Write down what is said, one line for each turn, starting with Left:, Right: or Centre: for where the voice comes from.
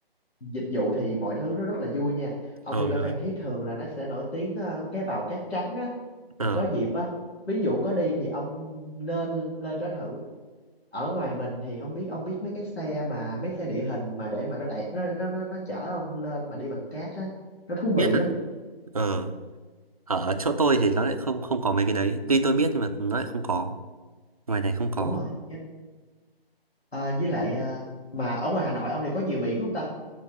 Left: dịch vụ thì mọi thứ nó rất là vui nha ông
Right: Ờ,
Left: đi ra
Right: đấy.
Left: Phan Thiết thường là nó sẽ nổi tiếng ờ, cá bào cát trắng á
Right: Ờ.
Left: thì có dịp á ví dụ có đi thì ông nên lên đó thử ở ngoài mình thì không biết ông biết mấy cái xe mà mấy xe địa hình mà để mà nó đẩy nó nó nó, nó chở ông lên mà đi bằng cát á nó thú
Right: Biết
Left: vị
Right: rồi.
Left: lắm
Right: Ờ. Ở chỗ tôi thì nó lại không không có mấy cái đấy. Tuy tôi biết nhưng mà nó lại không có. Ngoài này không có.
Left: đúng rồi Cái- ờ, với lại ờ, mà ở ngoài Hà Nội ông này có nhiều biển không ta